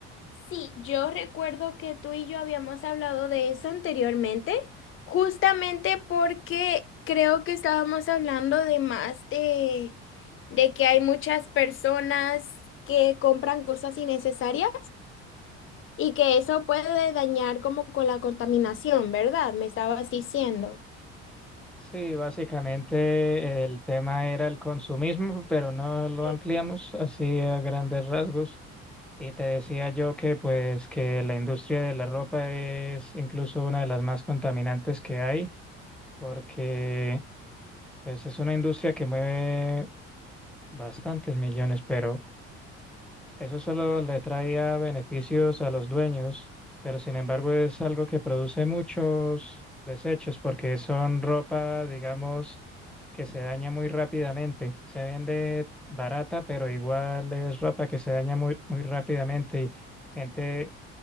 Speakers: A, on the left; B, in the centre.
A: Sí, yo recuerdo que tú y yo habíamos hablado de eso anteriormente, justamente porque creo que estábamos hablando de más de, de que hay muchas personas que compran cosas innecesarias y que eso puede dañar como con la contaminación, ¿verdad? Me estabas diciendo.
B: Sí, básicamente el tema era el consumismo, pero no lo
A: Sí,
B: ampliamos así a grandes rasgos. Y te decía yo que pues que la industria de la ropa es incluso una de las más contaminantes que hay, porque pues, es una industria que mueve bastantes millones, pero eso solo le traía beneficios a los dueños, pero sin embargo es algo que produce muchos desechos porque son ropa, digamos, que se daña muy rápidamente. Se vende barata, pero igual es ropa que se daña muy, muy rápidamente y gente,